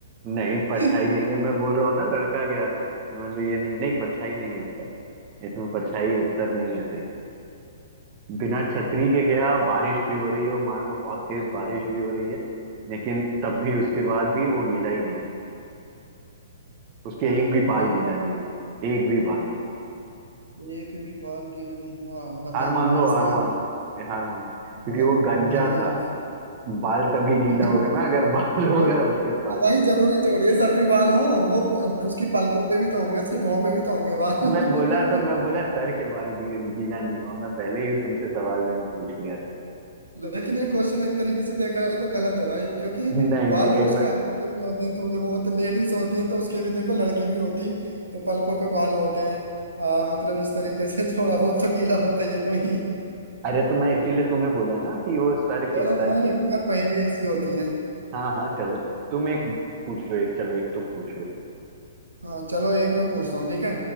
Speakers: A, on the right (about 30°); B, on the right (about 80°).
A: नहीं परछाई
B: <laughs>
A: नहीं है मैं बोल रहा हूँ ना लड़का गया था मैं तो ये नहीं नहीं परछाई नहीं है इसका इसमें परछाई उत्तर नहीं है सही बिना छतरी के गया बारिश भी हो रही हो मान लो बहुत तेज बारिश भी हो रही है लेकिन तब भी उसके बाद भी वो गीला ही नहीं उसके एक भी
B: भाई
A: बाल गीला
B: भाई,
A: नहीं हुआ एक भी बाल नहीं
B: एक भी बाल गीला नहीं हुआ पता
A: हार मान
B: नहीं भाई
A: लो हार
B: इसका
A: मान लो ये हार मान लो क्योंकि
B: मान
A: वो गंजा
B: मान गया
A: था बाल तभी गीला
B: <laughs>
A: होगा ना अगर बाल <laughs> होगा
B: तो
A: उसके पास
B: ये भाई जरूरी थोड़ी है सर पे बाल हो वो उसकी पलकों पे भी तो होंगे उसकी भौं पे भी तो होंगे बाल
A: मैं बोला तो मैं बोला
B: <laughs>
A: सर के बाल गी, गीला नहीं हुआ मैं पहले ही तुमसे सवाल मैंने पूछ लिया था
B: लेकिन ये क्वेश्चन एक तरीके से देखा जाए तो गलत है भाई क्योंकि
A: नहीं
B: बाल
A: नहीं ये
B: तो उसके
A: मैं
B: हाथ पे भी होते हैं थोड़े बहुत लेडीज होती हैं तो उसके भी देखो लड़की भी होती तो पलकों पे बाल होते हैं आ, मतलब इस तरीके से <laughs> थोड़ा बहुत तो गीला होता ही है कोई
A: अरे तो मैं इसीलिए तुम्हें बोला ना कि वो सर के
B: चलो
A: सर
B: हाँ लेकिन
A: के
B: यार पहेली ऐसी होती है
A: हाँ हाँ चलो तुम एक पूछ लो एक चलो एक तुम पूछ लो
B: हाँ चलो एक मैं पूछता हूँ ठीक है